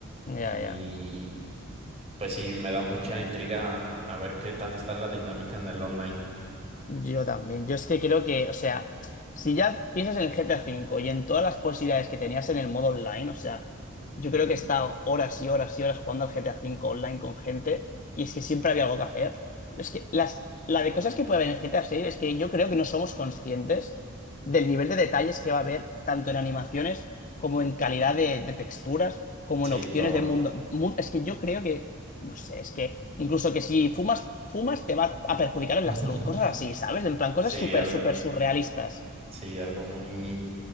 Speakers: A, on the left; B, on the right.
A: ya,
B: Y
A: ya.
B: pues sí, me da mucha intriga a ver qué tal está la dinámica en el online.
A: Yo también. Yo es que creo que, o sea, si ya piensas en el GTA V y en todas las posibilidades que tenías en el modo online, o sea,
B: Ujú.
A: yo creo que he estado horas y horas y horas jugando al GTA V online con gente y es que siempre había algo que hacer. Es que las, la de cosas que puede haber en el GTA VI es que yo creo que no somos conscientes del nivel de detalles que va a haber tanto en animaciones como en calidad de, de texturas, como
B: Sí,
A: en opciones
B: todo.
A: del mundo. Mu- Es que yo creo que no sé, es que incluso que si fumas, fumas te va a perjudicar en
B: <laughs>
A: la salud, cosas así, ¿sabes? En plan, cosas
B: Sí,
A: súper,
B: algo,
A: súper surrealistas.
B: sí, algo muy,